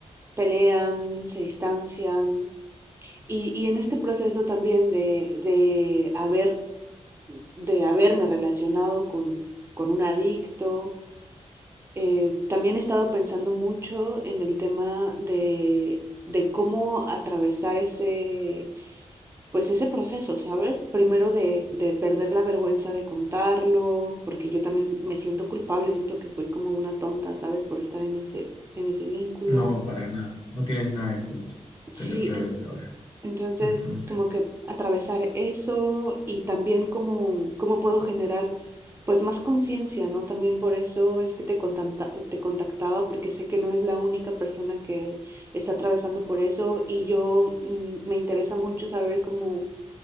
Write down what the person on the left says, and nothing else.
No, para nada. No tienes nada de culpa.
Te lo aclaro
desde ahora.
Ujú,